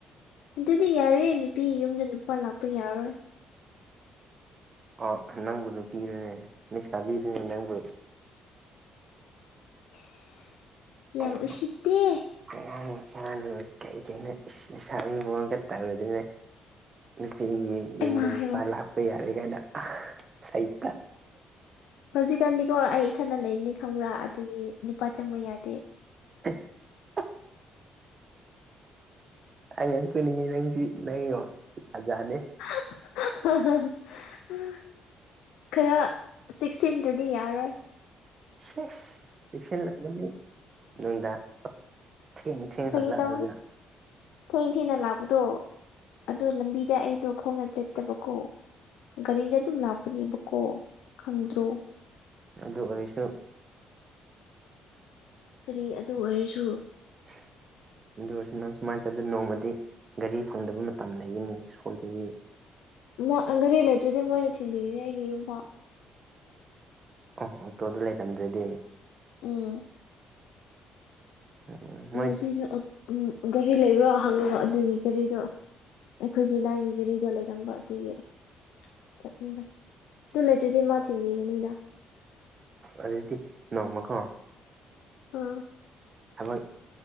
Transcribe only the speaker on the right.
ꯑꯥ ꯅꯪꯕꯨ ꯅꯨꯄꯤꯔꯅꯦ ꯂꯩꯁꯥꯕꯤꯔꯅꯦ ꯅꯪꯕꯨ꯫
ꯑꯣ꯫
ꯑꯉꯥꯡ ꯃꯆꯥꯥꯅ ꯀꯩ ꯀꯩꯅ ꯏꯁ ꯂꯩꯁꯥꯕꯤ ꯃꯑꯣꯡꯒ ꯇꯧꯔꯗꯅ ꯅꯨꯄꯤꯒꯤ
ꯌꯨꯝꯗ ꯅꯨꯄꯥ
ꯂꯥꯛꯄ ꯌꯥꯔꯣꯏ ꯀꯥꯏꯅ ꯁꯩꯇ꯫
<unintelligible> ꯑꯉꯛꯄꯅꯤ ꯅꯪꯁꯤ ꯅꯪꯒꯤ ꯋꯥꯈꯜꯁꯤ ꯖꯥꯠ ꯖꯥꯠꯅꯤ꯫
<unintelligible> ꯆꯦꯛꯁꯤꯜꯂꯛꯑꯅꯤ ꯅꯨꯡꯗꯥꯡ ꯊꯦꯡ ꯊꯦꯡ
ꯍꯜꯂꯛ
ꯑꯒ
ꯑꯗꯨ ꯑꯣꯏꯔꯁꯨ
<inaudible> ꯑꯗꯨ ꯑꯣꯏꯔꯁꯨ ꯅꯪ ꯁꯨꯃꯥꯏꯅ ꯆꯠꯂ ꯅꯣꯡꯃꯗꯤ ꯒꯥꯔꯤ ꯐꯪꯗꯕ ꯃꯇꯝ ꯂꯩꯒꯅꯤ ꯁꯣꯏꯒꯅꯤ
ꯑ ꯑꯣꯛꯇꯣꯗ ꯂꯩꯔꯝꯗ꯭ꯔꯗꯤ
ꯎꯝ ꯃꯣꯏ
ꯑꯗꯨꯗꯤ ꯅꯣꯡꯃꯀꯣ
ꯊꯕꯛ